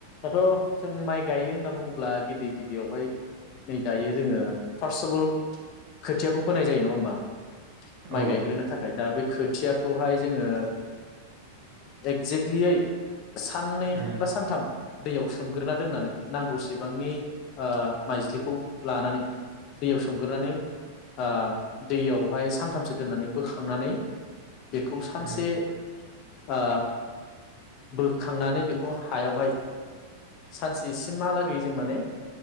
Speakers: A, on the left (about 50°); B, on the right (about 50°).
A: दाथ' जों माइ गायो होनना बुङोब्ला गिबि गिबियावहाय नै दायो जोङो फार्स्ट अफ अल खोथियाखौ फोनाय जायो नङा होमबा माइ
B: औ
A: गायग्रोनो थाखाय दा बै खोथियाखौहाय जोङो एक्जेक्टलियै साननै
B: उम
A: बा सानथाम दैयाव सोमग्रोना दोननानै नांगौसेबांनि ओ माइज्लिखौ लानानै दैयाव सोमग्रोनानै ओ दैयावहाय सानथामसो दोननानै बोखांनानै बेखौ सानसे
B: उम
A: ओ बोखांनानै बेखौ हायावहाय सानसे सिमहालागै जों माने